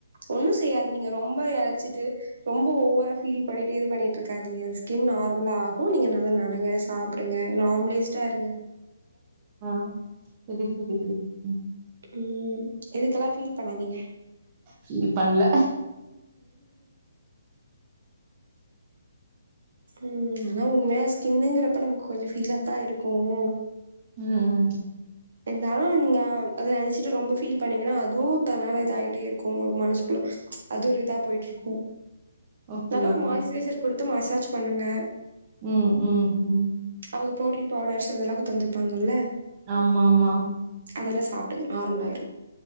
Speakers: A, on the right; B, on the right.
A: ஒன்னு செய்யாது நீங்க ரொம்ப எளைச்சிட்டு ரொம்ப ஓவரா ஃபீல் பண்ணிட்டு இது பண்ணிட்டு இருக்காதீங்க இது ஸ்கின் நார்ம்லா ஓ நீங்க நல்லா நடங்க சாப்புடுங்க நார்மலேஸ்ட்டாருங்க
B: ஆ சரி சரி சரி ம்
A: உம் இதுக்கெல்லா ஃபீல் பண்ணாதீங்க
B: ஃபீல் பண்ல
A: உம் ஆனா உண்மையா ஸ்கின்னுங்கிறப்ப நமக்கு கொஞ்சோ ஃபீலாத்தா இருக்கும்
B: ம் ம்
A: இருந்தாலு நீங்க அத நெனைச்சிட்டு ரொம்ப ஃபீல் பண்ணீங்கன்னா அதுவு தன்னால இதா ஆயிட்டே இருக்கோ உங்களுக்கு மனசுக்குள்ள அது ஒரு இதா போயிட்டு இருக்கோ
B: ஓகே,
A: நல்ல
B: ஓகே,
A: ஒரு மாய்சுரைசர் குடுத்து மசாஜ் பண்ணுங்க
B: உம் உம் உம்
A: அவங்க புரோட்டீன் பவுடர்ஸ் அதெல்லாக்கோ தந்துருப்பாங்கல்ல
B: ஆமா ஆமா
A: அதெல்லா சாப்புடுங்க நார்மல் ஆயிரு